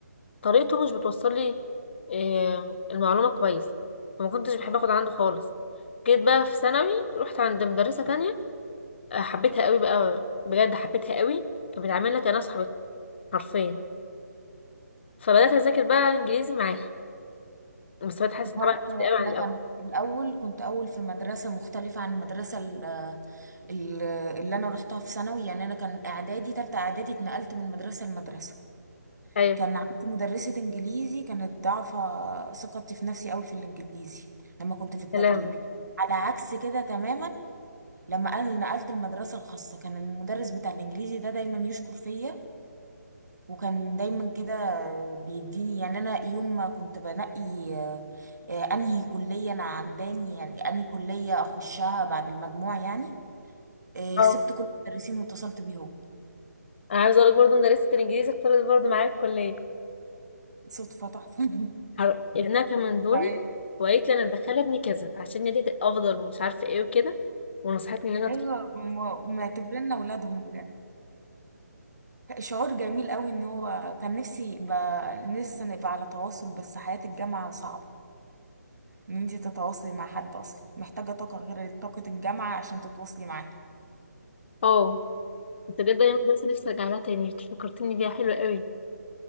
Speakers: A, on the left (about 40°); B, on the right (about 80°).
A: طريقته مش بتوصل لي آه، المعلومه كويس فما كنتش بحب اخد عنده خالص جيت بقى في ثانوي رحت عند مدرسه تانية آه، حبيتها قوي بقى بجد حبيتها قوي كانت بتعاملنا كانها صاحبتي حرفيا فبدات اذاكر بقى انجليزي معاها بس بتحسن
B: وانا
A: طبعا كتير قوي عن
B: انا
A: الاول
B: كان في الاول كنت اول في مدرسه مختلفه عن المدرسه ال- ال- اللي انا رحتها في ثانوي يعني انا كان اعدادي تالتة اعدادي اتنقلت من مدرسه لمدرسه
A: ايوه
B: كان عندي مدرسه انجليزي كانت ضعفه ثقتي في نفسي قوي في الانجليزي لما كنت في التجريبي
A: يا لهوي
B: على عكس كده تماما لما انا نقلت المدرسه الخاصه كان المدرس بتاع الانجليزي ده دايما يشكر فيا وكان دايما كده بيديني يعني انا يوم ما كنت بنقي آه، آه، انهي كليه انا عجباني يعني انهي كليه اخشها بعد المجموع يعني آه،
A: اه
B: سبت كل المدرسين واتصلت بيه هو
A: انا عايزه اقول لك برضه مدرسه الانجليزي اختارت برضه معايا الكليه
B: صدفه تحفه <laughs>
A: هر- ابنها كان من دوري
B: طيب
A: وقالت لي انا مدخله ابني كذا عشان نديت افضل ومش عارفه ايه وكده ونصحتني ان انا أدخل.
B: ايوه هم معتبرنا اولادهم بجد شعور جميل قوي ان هو كان نفسي يبقى لسه نبقى على تواصل بس حياة الجامعة صعبة ان انت تتواصلي مع حد اصلا محتاجة طاقة غير طاقة الجامعة عشان تتواصلي معاه
A: اه انت بجد ايام المدرسه نفسي ارجع لها تاني إنت فكرتني بيها حلوه قوي